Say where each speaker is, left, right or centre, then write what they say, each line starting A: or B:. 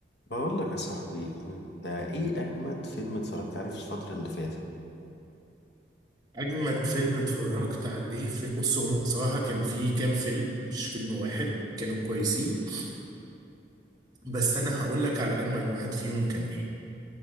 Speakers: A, on the left (about 65°); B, on the right (about 20°).
A: بقول لك يا صاحبي انت ايه اجمد فيلم اتفرجت عليه في الفترة اللي فاتت
B: أجمد فيلم اتفرجت عليه في بص هما بصراحة كان فيه كام فيلم مش فيلم واحد كانوا كويسين بس أنا هقول لك على أجمد واحد فيهم كان إيه